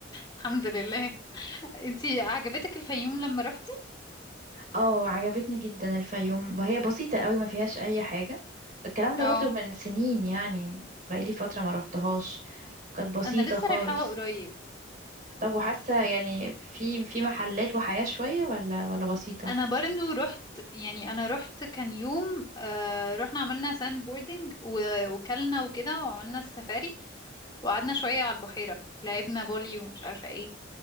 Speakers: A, on the left; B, on the right.
A: الحمد لله انتي عجبتك الفيوم لما روحتي
B: اه عجبتني جدا الفيوم هي بسيطه قوي ما فيهاش اي حاجه الكلام ده
A: اه
B: برضو من سنين يعني بقالي فتره ما روحتهاش كانت بسيطه
A: انا لسه
B: خالص
A: رايحاها قريب
B: طب وحاسه يعني في في محلات وحياه شويه ولا ولا بسيطه
A: انا برضو رحت يعني انا رحت كان يوم آه رحنا عملنا ساند بوردنج و- وكلنا وكده وعملنا السفاري وقعدنا شوية على البحيرة لعبنا فولي ومش عارفة ايه